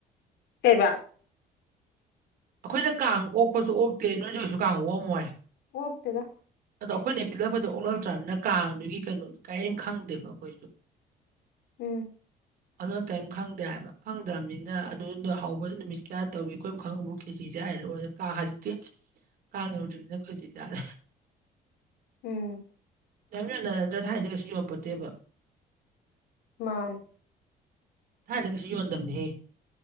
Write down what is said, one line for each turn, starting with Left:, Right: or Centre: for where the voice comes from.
Left: ꯀꯩꯕ
Right: ꯑꯩꯈꯣꯏꯅ ꯀꯥꯡ ꯑꯣꯛꯄꯁꯨ ꯑꯣꯛꯇꯦ ꯅꯣꯏꯁꯤꯁꯨ ꯀꯩꯁꯨ ꯀꯥꯡ ꯑꯣꯛꯑꯝꯃꯣꯏ
Left: ꯑꯣꯛꯇꯦꯗ
Right: ꯑꯗꯣ ꯑꯩꯈꯣꯏꯅ ꯄꯤꯛꯔꯛꯄꯗꯣ ꯑꯣꯛꯂꯛꯇ꯭ꯔꯕꯅꯤꯅ ꯀꯥꯡꯗꯨꯒꯤ ꯀꯩꯅꯣꯗꯣ ꯀꯔꯤꯝ ꯈꯪꯗꯦꯕ ꯑꯩꯈꯣꯏꯁꯨ
Left: ꯎꯝ
Right: <inaudible> ꯑꯗꯨꯅ ꯀꯔꯤꯝ ꯈꯪꯗꯦ ꯍꯥꯏꯕ ꯈꯪꯗ꯭ꯔꯕꯅꯤꯅ ꯑꯗꯨꯗꯣ ꯍꯧꯕ ꯅꯨꯃꯤꯠ ꯀꯌꯥ ꯇꯧꯏꯤ ꯑꯩꯈꯣꯏ ꯈꯪꯉꯕ꯭ꯔꯣ ꯈꯦꯖꯤ ꯆꯥꯏ ꯂꯣꯏꯔꯦ ꯀꯥ ꯍꯧꯖꯤꯛꯇꯤ ꯀꯥꯡꯌꯧꯗ꯭ꯔꯤꯉꯩꯅ ꯈꯦꯆꯤ ꯆꯥꯔꯦ
Left: ꯎꯝ
Right: ꯌꯥꯝ ꯌꯣꯟꯅꯔꯗ꯭ꯔꯥ ꯊꯥꯏꯅꯗꯤ ꯀꯩꯁꯨ ꯌꯣꯟꯄꯣꯠꯇꯦꯕ
Left: ꯃꯥꯥꯅꯦ
Right: ꯊꯥꯏꯅꯗꯤ ꯀꯩꯁꯨ ꯌꯣꯟꯗꯕꯅꯦꯍꯦ